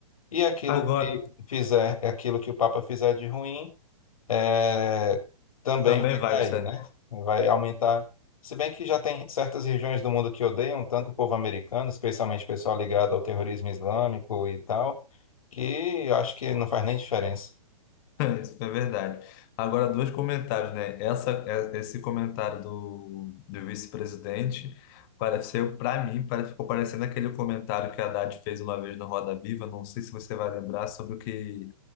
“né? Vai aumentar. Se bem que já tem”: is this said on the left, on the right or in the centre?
Left